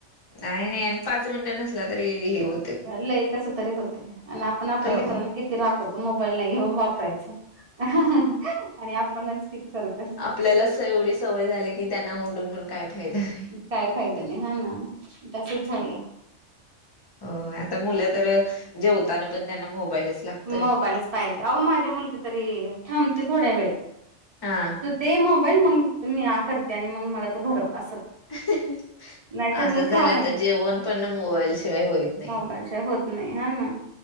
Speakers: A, on the left (about 30°); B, on the right (about 35°).
A: नाही- नाही अं पाच मिनिटं नसला, तरी हे होत
B: लई कसं तरी होतय, आण आपण आपल्या
A: हो
B: लेकरांना, किती रागवतो, मोबाईल नाही घेऊ, वापरायचा. ह्ह्णहण आणि आपणच किती करत
A: आपल्यालाच एवढीस सवय झाली की, त्यांना ओरडुन पण काय फायदा. <unintelligible>
B: काय फायदा नही, हां ना, तसच झालय.
A: अं आता मुलं तर, जेवताना पण, त्यांना मोबाईलच लागतोय
B: मोबालाच पाहिजे, अहो माझी मुलगी तरी, थांबते थोड्या वेळ
A: हा
B: दे मोबाईल, मंग म्या आ करते आणि मग मला तू भरव, असं.
A: असंच
B: नाहीतर मग
A: झालंय,
B: थांब
A: आता जेवण पण, मोबाईल शिवाय होईत नही.
B: णशिवाय होत नाही, हां ना,